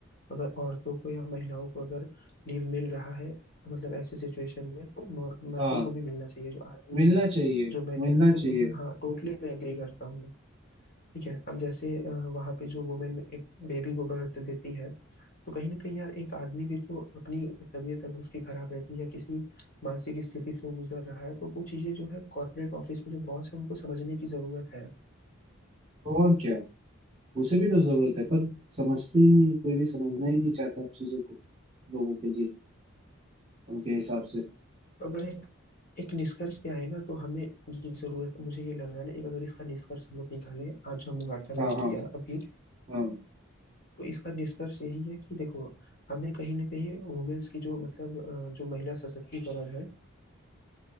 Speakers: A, on the left; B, on the right.
A: अगर औरतों को या महिलाओं को अगर लीव मिल रहा है मतलब ऐसी सिचुएशन में तो म- मर्दों
B: हाँ
A: को भी मिलना चाहिए जो आदमी
B: मिलना
A: है
B: चाहिए
A: जो मैन
B: मिलना
A: है इससे
B: चाहिए
A: तो मैं हाँ टोटली मैं एग्री करता हूँ ठीक है अब जैसे अ, वहाँ पे जो वुमेन एक बेबी को बर्थ देती है तो कहीं ना कहीं यार एक आदमी भी तो अपनी तबीयत अगर उसकी खराब रहती है या किसी मानसिक स्थिति से वो गुजर रहा है तो वो चीजें जो है कॉर्पोरेट ऑफिस में जो बॉस है उनको समझने की जरूरत है
B: तो और क्या उसे भी तो जरूरत है पर समझते ही नहीं कोई भी समझना ही नहीं चाहता चीजों को लोगों के लिए उनके हिसाब से
A: तो अगर एक एक निष्कर्ष पे आए ना तो हमें ये जरूरत मुझे ये लग रहा है ना एक अगर इसका निष्कर्ष हम लोग निकालें आज जो हमने वार्तालाप
B: हाँ हाँ
A: किया अभी
B: हाँ
A: तो इसका निष्कर्ष यही है कि देखो हमें कहीं ना कहीं वुमेन्स की जो मतलब अ, जो महिला सशक्तिकरण है